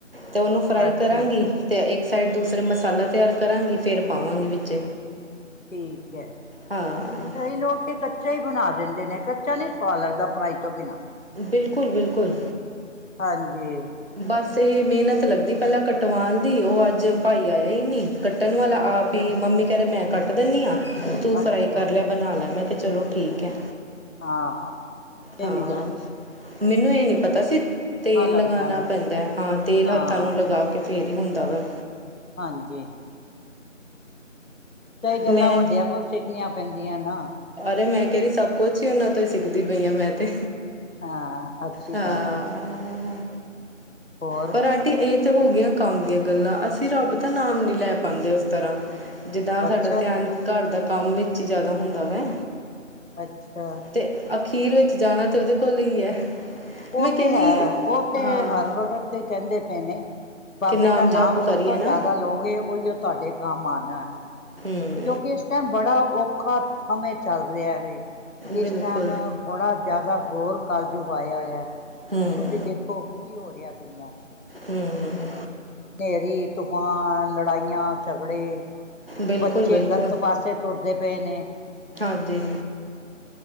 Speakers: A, on the right; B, on the left.
A: ਤੇ ਉਹਨੂੰ ਫਰਾਈ
B: ਅੱਛਾ
A: ਕਰਾਂਗੀ। ਤੇ ਇੱਕ ਸਾਈਡ ਦੂਸਰੇ ਮਸਾਲਾ ਤਿਆਰ ਕਰਾਂਗੀ ਫੇਰ ਪਾਵਾਂਗੀ ਵਿੱਚ।
B: ਠੀਕ ਐ,
A: ਹਾਂ
B: ਕਈ ਲੋਕ ਤੇ ਕੱਚੇ। ਕੱਚਾ ਈ ਬਣਾ ਦਿੰਦੇ ਨੇ, ਕੱਚਾ ਨੀ ਸਵਾਦ ਲੱਗਦਾ ਫਰਾਈ ਤੋਂ ਬਿਨਾਂ।
A: ਬਿਲਕੁਲ-ਬਿਲਕੁਲ।
B: ਹਾਂਜੀ।
A: ਬਸ ਇਹ ਮਿਹਨਤ ਲੱਗਦੀ ਪਹਿਲਾਂ ਕਟਵਾਉਣ ਦੀ, ਉਹ ਅੱਜ ਭਾਈ ਆਇਆ ਹੀ ਨਹੀਂ। ਕੱਟਣ ਵਾਲਾ
B: ਅੱਛਾ
A: ਆਪ ਹੀ, ਮੰਮੀ ਕਹਿ ਰਹੇ ਮੈਂ ਕੱਟ ਦੇਨੀ ਆਂ, ਤੂੰ ਫਰਾਈ
B: ਅੱਛਾ
A: ਕਰ ਲੈ। ਬਣਾ ਲੈ। ਮੈਂ ਕਿਹਾ ਚਲੋ ਠੀਕ ਹੈ।
B: ਹਾਂ, ਇਹ
A: ਹਾਂ
B: ਵੀ ਜਾਣੀ।
A: ਮੈਨੂੰ ਇਹ ਨੀ ਪਤਾ ਸੀ ਤੇਲ
B: ਲੱਗਦਾ
A: ਲਗਾਉਣਾ
B: ਨਾ
A: ਪੈਂਦਾ ਹੈ, ਹਾਂ ਤੇਲ
B: ਹਾਂ
A: ਹੱਥਾਂ ਨੂੰ ਲਗਾ ਕੇ। ਫਿਰ ਈ ਹੁੰਦਾ ਵਾ।
B: ਹਾਂਜੀ। ਕਈ ਗੱਲਾਂ
A: ਮੈਂ
B: ਵੱਡਿਆਂ ਕੋਲੋਂ ਸਿੱਖਣੀਆਂ ਪੈਂਦੀਆਂ ਨਾ।
A: ਅਰੇ ਮੈਂ ਕਹਿ ਰਹੀ ਸਭ ਕੁਛ ਹੀ ਉਹਨਾਂ ਤੋਂ ਹੀ ਸਿੱਖਦੀ ਪਈ ਹਾਂ, ਮੈਂ ਤੇ।
B: ਹਾਂ ਅੱਛੀ
A: ਹਾਂ,
B: ਗੱਲ ਹੈ ਹੋਰ
A: ਪਰ ਆਂਟੀ। ਆਂਟੀ ਇਹ ਤੇ ਹੋ ਗਈਆਂ ਕੰਮ ਦੀਆਂ ਗੱਲਾਂ, ਅਸੀਂ ਰੱਬ ਦਾ ਨਾਮ ਨੀ ਲੈ ਪਾਉਂਦੇ ਉਸ ਤਰ੍ਹਾਂ। ਜਿੱਦਾਂ
B: ਅੱਛਾ
A: ਸਾਡਾ ਧਿਆਨ ਘਰ ਦਾ ਕੰਮ ਵਿੱਚ ਹੀ ਜ਼ਿਆਦਾ ਹੁੰਦਾ ਵੈ।
B: ਅੱਛਾ।
A: ਤੇ ਅਖੀਰ ਵਿੱਚ ਜਾਣਾ ਤਾਂ ਉਹਦੇ ਕੋਲ ਹੀ ਹੈ।
B: ਉਹ
A: ਮੈਂ ਕਹਿੰਦੀ
B: ਤੇ ਹੈ, ਉਹ ਤੇ
A: ਹਾਂ
B: ਹਰ ਵਕਤ। ਤੇ ਕਹਿੰਦੇ ਪਏ ਨੇ, ਬਾਬੇ
A: ਕਿ
B: ਦਾ
A: ਜਾਪ
B: ਨਾਮ ਸਭ
A: ਕਰੀਏ
B: ਤੋਂ ਜ਼ਿਆਦਾ
A: ਨਾ
B: ਲਓਗੇ। ਉਹੀ ਓ ਤੁਹਾਡੇ ਕੰਮ ਆਨਾ।
A: ਹਮ।
B: ਕਿਉਂਕਿ ਇਸ ਟਾਈਮ ਬੜਾ ਔਖਾ ਸਮੇਂ ਚੱਲ ਰਿਹਾ ਵੇ। ਇਸ
A: ਬਿਲਕੁਲ
B: ਟਾਈਮ ਬੜਾ ਜਿਆਦਾ ਘੌਰ ਕਲਜੁਗ ਆਇਆ ਹੋਇਆ।
A: ਹਮ।
B: ਤੁਸੀਂ ਦੇਖੋ, ਕੀ ਹੋ ਰਿਹਾ ਦੁਨੀਆਂ 'ਚ।
A: ਹਮ ਹਮ।
B: ਹਨੇਰੀ, ਤੂਫਾਨ, ਲੜਾਈਆਂ-ਝਗੜੇ,
A: ਬਿਲਕੁਲ
B: ਬੱਚੇ
A: ਬਿਲਕੁਲ
B: ਗਲਤ ਪਾਸੇ। ਤੁਰਦੇ ਪਏ ਨੇ।
A: ਹਾਂਜੀ।